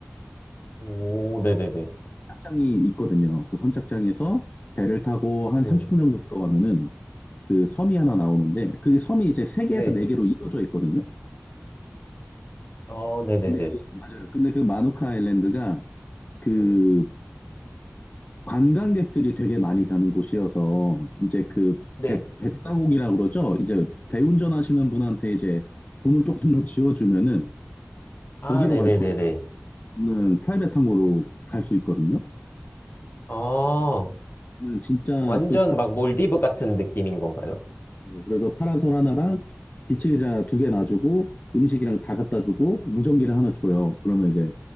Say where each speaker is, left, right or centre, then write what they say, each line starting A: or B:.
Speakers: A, on the left (about 55°); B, on the left (about 35°).
A: 오, 네네네.
B: 선착장이 있거든요. 그 선착장에서 배를 타고 한
A: 네.
B: 30분 정도 들어가면은 그 섬이 하나 나오는데 그 섬이 이제 세 개에서
A: 네.
B: 네 개로 이어져 있거든요.
A: 어, 네네네.
B: 근데 그 맞아요. 근데 그 마누카 아일랜드가 그 관광객들이 되게 많이 가는 곳이어서 이제 그
A: 네.
B: 배, 뱃사공이라고 그러죠. 이제 배 운전하시는 분한테 이제 돈을 조금 더 지어주면은
A: 아,
B: 거기로
A: 네네네네.
B: 갈 수가 있는 프라이빗 항공으로 갈 수 있거든요.
A: 아.
B: 그러면 진짜
A: 완전
B: 그 딱
A: 막 몰디브 같은 느낌인 건가요?
B: 그래서 파라솔 하나랑 비치 의자 두 개 놔주고 음식이랑 다 갖다 주고 무전기를 하나 줘요. 그러면 이제